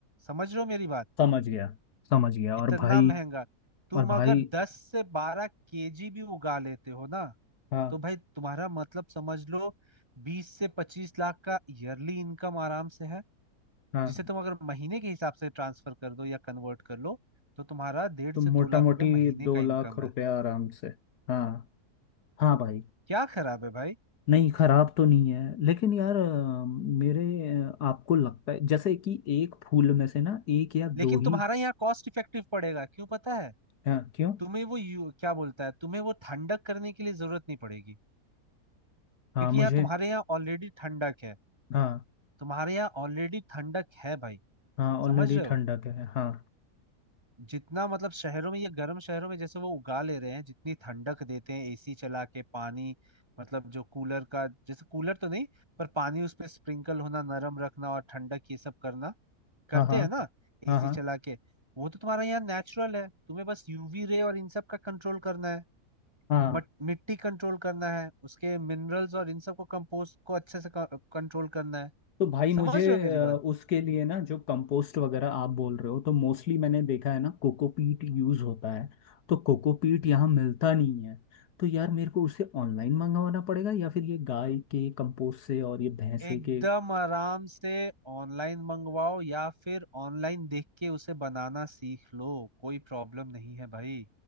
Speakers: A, on the right; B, on the left.
A: समझ रहे हो मेरी बात
B: समझ गया समझ गया और
A: इतना
B: भाई
A: महंगा तुम
B: और
A: अगर
B: भाई
A: दस से बारह केजी भी उगा लेते हो ना
B: हाँ
A: तो भाई तुम्हारा मतलब समझ लो बीस से पच्चीस लाख का ईयरली इनकम आराम से है
B: हाँ
A: जिसे तुम अगर महीने के हिसाब से ट्रांसफर कर दो या कन्वर्ट कर लो तो तुम्हारा डेढ़
B: तो
A: से
B: मोटा
A: दो लाख
B: मोटी
A: रुपए महीने
B: दो
A: का इनकम
B: लाख रुपया
A: है
B: आराम से हाँ हाँ भाई
A: क्या खराब है भाई
B: नहीं खराब तो नहीं है लेकिन यार अ, मेरे अ, आपको लगता है जैसे कि एक फूल में से ना एक या दो
A: लेकिन
B: ही
A: तुम्हारा यहाँ कॉस्ट इफेक्टिव पड़ेगा क्यों पता है
B: हाँ क्यों
A: तुम्हें वो यू, क्या बोलता है तुम्हें वो ठंडक करने के लिए जरूरत नहीं पड़ेगी
B: हाँ
A: क्योंकि
B: मुझे
A: यहाँ तुम्हारे यहाँ ऑलरेडी ठंडक है
B: हाँ
A: तुम्हारे यहाँ ऑलरेडी ठंडक है भाई
B: हाँ ऑलरेडी
A: समझ रहे हो
B: ठंडक है हाँ
A: जितना मतलब शहरों में ये गर्म शहरों में जैसे वो उगा ले रहे हैं जितनी ठंडक देते हैं एसी चला के पानी मतलब जो कूलर का जैसे कूलर तो नहीं पर पानी उस पे स्प्रिंकल होना नरम रखना और ठंडक ये सब करना करते
B: हाँ हाँ
A: हैं ना
B: हाँ
A: एसी
B: हाँ
A: चला के वो तो तुम्हारा यहाँ नेचुरल है तुम्हें बस यूवी रे और इन सब का कंट्रोल करना है
B: हाँ
A: मट,
B: हाँ।
A: मिट्टी कंट्रोल करना है उसके मिनरल्स और इन सब को कंपोस्ट को अच्छे से कंट्रोल करना है
B: तो भाई मुझे
A: समझ रहे हो मेरी
B: अ,
A: बात
B: उसके लिए ना जो कंपोस्ट वगैरह आप बोल रहे हो तो मोस्टली मैंने देखा है ना कोकोपीट यूज़ होता है तो कोकोपीट यहाँ मिलता नहीं है तो यार मेरे को उसे ऑनलाइन मंगवाना पड़ेगा या फिर ये गाय के कंपोस्ट से और ये भैंसे
A: एकदम
B: के
A: आराम से ऑनलाइन मंगवाओ या फिर ऑनलाइन देख के उसे बनाना सीख लो कोई प्रॉब्लम नहीं है भाई